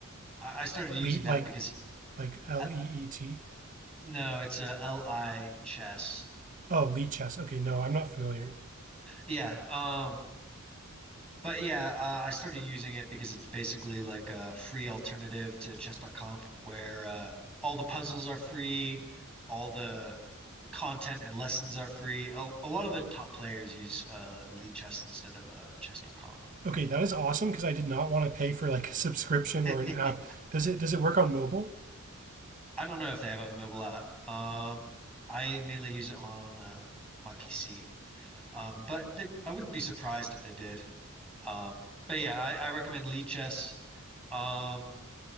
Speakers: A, in the centre; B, on the right (about 35°).
A: I, I started using
B: Lead
A: that
B: like
A: because
B: like L
A: uh,
B: E E T.
A: no, it's a LI chess.
B: Oh, lead chess. Okay, no, I'm not familiar.
A: Yeah. Um but yeah, uh, I started using it because it's basically like a free alternative to chess.com where uh all the puzzles are free, all the content and lessons are free. A, a lot of the top players use uh Lee Chess instead of uh chess.com.
B: Okay, that is awesome because I did not want to pay for like a subscription
A: <laughs>
B: or an app. Does it does it work on mobile?
A: I don't know if they have a mobile app. Um, I mainly use it on um, my PC. Um, but they, I wouldn't be surprised if they did. Um, but yeah, I, I recommend Lee Chess. Um,